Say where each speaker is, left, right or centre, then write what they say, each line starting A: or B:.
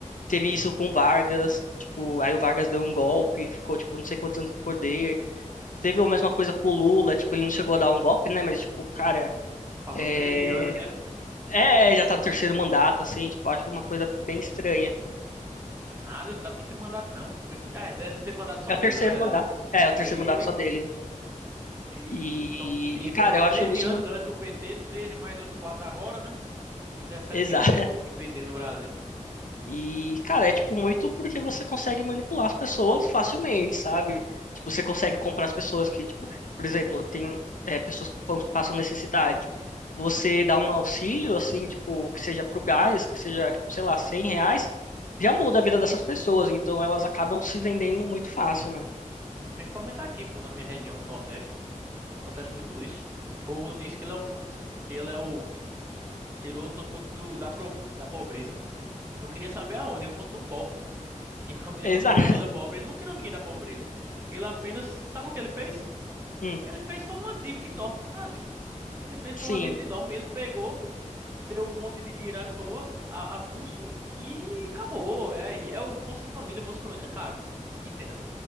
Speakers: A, on the left; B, on the right.
A: teve isso com o Vargas, tipo, aí o Vargas deu um golpe, ficou tipo não sei quantos anos no poder. Teve a mesma coisa com o Lula, tipo, ele não chegou a dar um golpe, né, mas tipo, cara,
B: Passou
A: é,
B: treze anos, né?
A: é, já tá no terceiro mandato assim, tipo, acho uma coisa bem estranha.
B: Nada, não tá no terceiro mandato, não. Foi, é, é terceiro mandato só
A: É o
B: dele,
A: terceiro
B: é verdade.
A: mandato. É, é o
B: Dele
A: terceiro mandato só dele.
B: e.
A: E,
B: São, e
A: e, cara,
B: foram
A: eu
B: 13
A: acho isso
B: anos
A: muito.
B: antes do PT, 13 mais os 4 agora, né? 17
A: Exato.
B: anos de PT no Brasil.
A: E, cara, é tipo muito porque você consegue manipular as pessoas facilmente, sabe? Tipo, você consegue comprar as pessoas que, tipo, por exemplo, tem é, pessoas que pas- passam necessidade. Você dá um auxílio, assim, tipo, que seja pro gás, que seja, tipo, sei lá, 100 reais, já muda a vida dessas pessoas. Então elas acabam se vendendo muito fácil, né?
B: E Principalmente aqui, pô, na minha região, no Nordeste. Acontece muito isso. O povo diz que ele é um. Que ele é o. Tirou todo mundo do- da, pro- da pobreza. Eu queria saber aonde. Eu continuo pobre. <laughs> Minha família
A: Exato.
B: continua
A: <laughs>
B: toda pobre. Ele não tirou ninguém da pobreza. Ele apenas. Sabe o que ele fez?
A: Hum,
B: Ele fez só uma dívida enorme pro Brasil. Ele fez
A: sim.
B: foi uma dívida enorme. Ele pegou, deu um monte de dinheiro à toa, a- avulso, e acabou. É, e é o Bolsa Família, Bolsa Família. Cara, entenda.